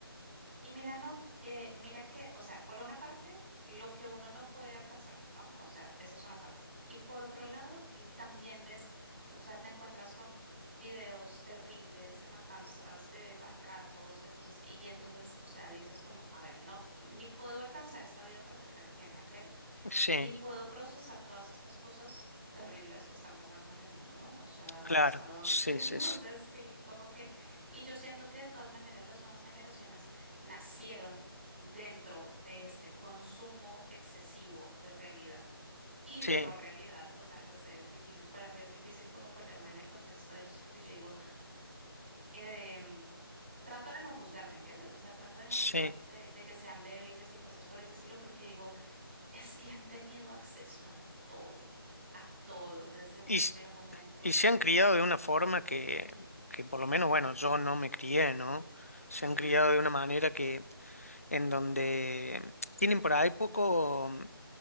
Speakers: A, on the right (about 30°); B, on the left (about 35°).
A: Y mira, no, eh, mira que, o sea, por una parte, lo que uno no puede alcanzar, ¿no? O sea, esa es una parte. Y por otro lado, l- también ves, o sea, te encuentras con videos terribles de matanzas, de maltratos, de cosas, y entonces, o sea, dices como, a ver, no, ni puedo alcanzar esta vida perfecta que tiene aquel
B: Sí,
A: ni puedo procesar todas estas cosas terribles que están pasando en el mundo, ¿no? O sea,
B: claro,
A: hasta dónde.
B: sí,
A: <laughs>
B: sí,
A: Entonces,
B: sí,
A: sí, como que. Y yo siento que de todas maneras las nuevas generaciones nacieron dentro de este consumo excesivo de realidad y
B: sí.
A: de no realidad. O sea, no sé, es difícil, para mí es difícil como ponerme en el contexto de ellos porque yo digo, em, trato de no juzgar, ¿me entiendes? O sea, trato de no
B: sí.
A: juzgarlos de, de que sean débiles y cosas por el estilo porque digo, es que han tenido acceso a todo, a todo desde un
B: Y,
A: primer
B: s-
A: momento.
B: y se han criado de una forma que, que por lo menos, bueno, yo no me crié, ¿no? Se
A: Mm,
B: han criado de una manera que, en donde tienen por ahí poco.